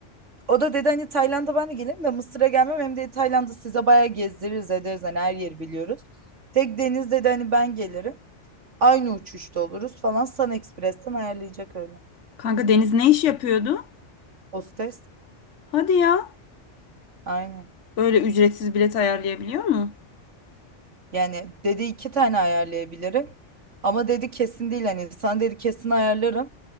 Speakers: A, on the right (about 75°); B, on the left (about 70°).
A: O da dedi hani Tayland'a ben de gelirim de Mısır'a gelmem. Hem de Tayland'ı size bayağı gezdiririz ederiz. Hani her yeri biliyoruz. Tek deniz dedi hani ben gelirim. Aynı uçuşta oluruz falan. Sun Express'ten ayarlayacak öyle.
B: Kanka Deniz ne iş yapıyordu?
A: Hostes.
B: Hadi ya.
A: Aynen.
B: Böyle ücretsiz bilet ayarlayabiliyor mu?
A: Yani dedi iki tane ayarlayabilirim. Ama dedi kesin değil. Hani sana dedi kesin ayarlarım.